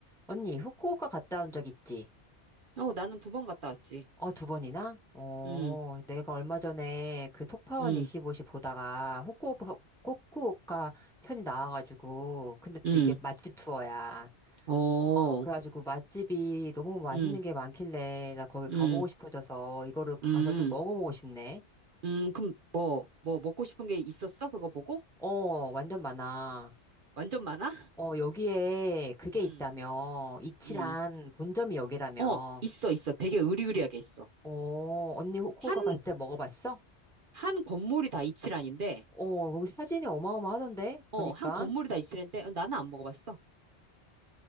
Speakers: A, in the centre; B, on the right (about 55°).
A: 언니, 후쿠오카 갔다 온 적 있지?
B: 어, 나는 두 번 갔다 왔지.
A: 어, 두 번이나? 어,
B: 음,
A: 내가 얼마 전에 그 톡파원
B: 음,
A: 25시 보다가 후쿠오카, 후쿠오카 편이 나와가지고, 근데 또
B: 음,
A: 이게 맛집 투어야.
B: 어,
A: 어, 그래가지고 맛집이 너무 맛있는
B: 음,
A: 게 많길래 나 거기 가보고
B: 음,
A: 싶어져서 이거를 가서
B: 음,
A: 좀 먹어보고 싶네.
B: 음, 그럼 뭐, 뭐 먹고 싶은 게 있었어? 그거 보고?
A: 어, 완전 많아.
B: 완전 많아?
A: 어, 여기에 그게
B: 음,
A: 있다며. 이치란
B: 음,
A: 본점이 여기라며.
B: 어, 있어, 있어. 되게 으리으리하게 있어.
A: 어, 언니 후쿠오카
B: 한,
A: 갔을 때 먹어봤어?
B: 한 건물이 다 이치란인데,
A: 어, 거기 사진이 어마어마하던데?
B: 어,
A: 보니까.
B: 한 건물이 다 이치란인데, 어, 나는 안 먹어봤어.